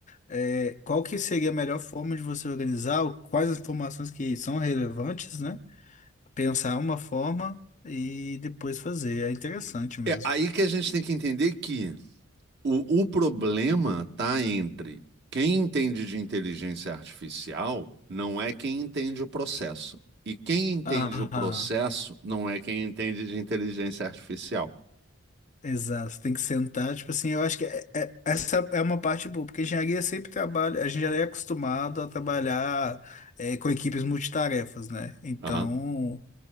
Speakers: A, on the left; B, on the right.
A: é, qual que seria a melhor forma de você organizar, o- quais as informações que são relevantes, né? Pensar uma forma e depois fazer. É interessante mesmo.
B: É aí que a gente tem que entender que O, o problema está entre quem entende de inteligência artificial não é quem entende o processo. E quem entende
A: Ah,
B: o processo não é quem entende de inteligência artificial.
A: exato. Tem que sentar, tipo assim, eu acho que é- é- essa é uma parte boa, porque engenharia sempre trabalha, a gente já é acostumado a trabalhar é, com equipes multitarefas, né? Então,
B: Aham.